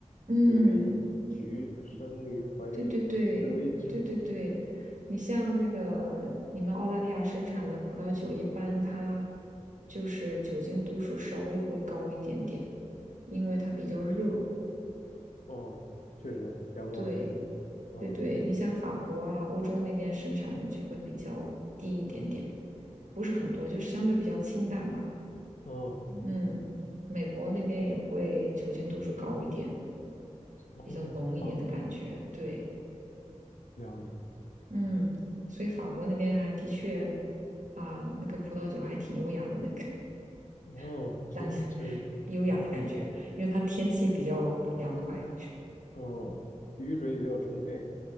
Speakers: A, on the right; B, on the left.
A: 嗯，
B: 则为橘；生于淮北，
A: 对对对对对对，
B: 则为枳。”
A: 你像那个你们澳大利亚生产的葡萄酒，一般它就是酒精度数稍微会高一点点，因为它比较热。
B: 哦，确实阳光很充足。
A: 对，
B: 哦
A: 对对，你像法国啊，欧洲那边生产的就会比较低一点点，不是很多，就相对比较清淡吧。
B: 哦
A: 嗯，美国那边也会酒精度数高一点，
B: 哦，
A: 比较浓一点的感觉。
B: 放
A: 对，
B: 了解。
A: 嗯，所以法国那边还的确啊，那个葡萄酒还挺优雅的，那个
B: 哦，
A: <laughs>
B: 确实确实，
A: 淡的优雅的感觉，因为它天气比较凉快。
B: 哦，雨水也比较充沛。